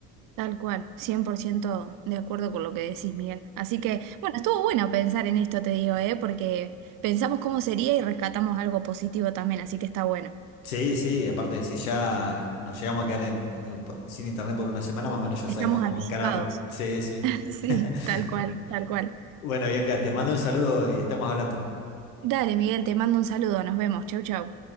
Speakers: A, on the right (about 55°); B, on the left (about 90°).
A: Tal cual, 100% de acuerdo con lo que decís, Miguel. Así que, bueno, estuvo bueno pensar en esto, te digo, ¿eh? Porque pensamos cómo sería y rescatamos algo positivo también, así que está bueno.
B: Sí, sí, aparte si ya nos llegamos a quedar en- en- por- sin internet por una semana, más o menos ya
A: Estamos
B: sabemos cómo
A: anticipados.
B: encararlo. Sí, sí.
A: <laughs>
B: <laughs>
A: Sí, tal cual, tal cual.
B: Bueno, Bianca, te mando un saludo y estamos hablando.
A: Dale, Miguel, te mando un saludo, nos vemos. Chau, chau.